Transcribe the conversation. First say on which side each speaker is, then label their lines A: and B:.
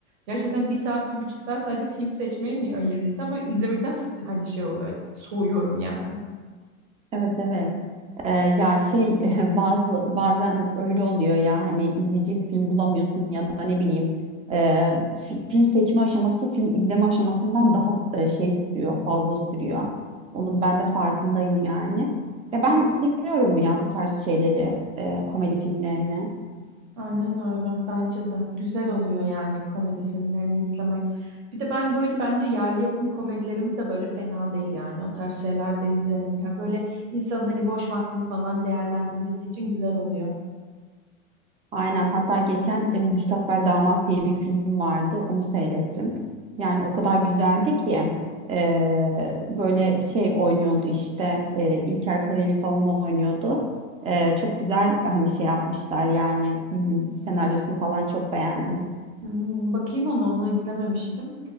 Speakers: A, on the right; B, on the right.
A: Gerçekten bir saat bir buçuk saat sadece film seçmeye mi ayırır insan? Böyle izlemekten s- hani şey oluyor soğuyorum yani.
B: Evet evet. Ee, ya şey <laughs> bazı bazen öyle oluyor ya hani izleyici film bulamıyorsun ya da ne bileyim e, fi- film seçme aşaması film izleme aşamasından daha e, şey sürüyor fazla sürüyor. Onun ben de farkındayım yani. Ya ben seviyorum ya bu tarz şeyleri e, komedi filmlerini.
A: Aynen öyle. Bence de. Güzel oluyor yani komedi filmlerini izlemek. Bir de ben böyle bence yerli yapım komedilerimiz de böyle fena değil yani. O tarz şeyler de izlenebilir. Böyle insanın hani boş vaktini falan değerlendirmesi için güzel oluyor.
B: Aynen hatta geçen e, Müstakbel Damat diye bir film vardı onu seyrettim. Yani o kadar güzeldi ki e, böyle şey oynuyordu işte e, İlker Kaleli falan oynuyordu. E, çok güzel hani şey yapmışlar yani hmm, senaryosunu falan çok beğendim.
A: Hmm, bakayım onu, onu izlememiştim.